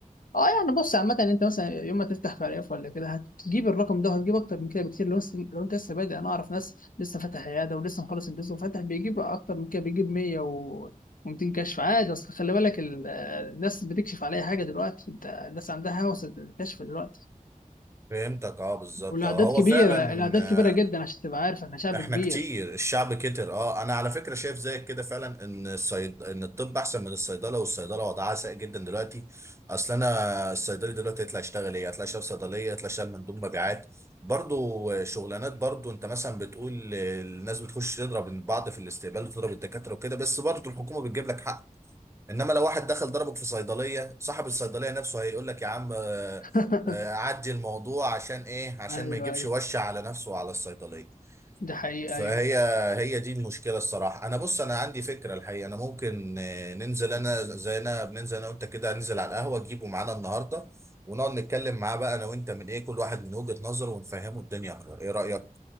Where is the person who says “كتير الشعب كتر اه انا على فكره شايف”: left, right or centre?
Right